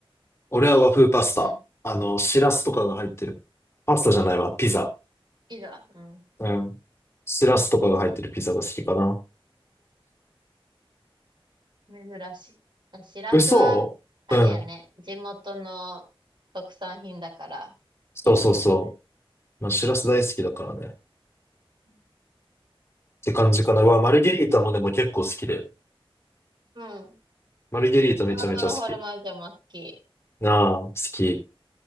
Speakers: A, on the left; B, on the right.
A: 俺は和風パスタ。
B: うん。好
A: あの、シラスとかが入ってる。パスタじゃないわ、ピザ。
B: きだ。うん。
A: うん。シラスとかが入ってるピザが好きかな。
B: ええ珍しい。あしらすは、
A: 嘘うん。
B: あれやね、地元の特産品だから好きなんだよね。
A: そうそうそう。まあ、シラス大好きだからね。
B: うん。
A: って感じかな。わ、マルゲリータもでも結構好きだよ。
B: うん
A: マルゲリータめちゃめちゃ好き。
B: タートルホルマージョも好き。
A: なあ、好き。